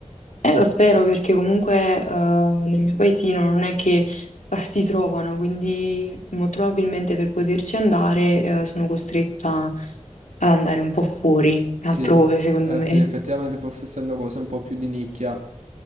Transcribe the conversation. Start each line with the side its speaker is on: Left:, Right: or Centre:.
Left: Eh, lo spero perché comunque eh, nel mio paesino non è che eh, si trovano, quindi molto probabilmente per poterci andare eh, sono costretta ad andare un po' fuori, altrove
Right: Sì,
Left: secondo
Right: eh,
Left: me.
Right: sì, effettivamente forse essendo cose un po' più di nicchia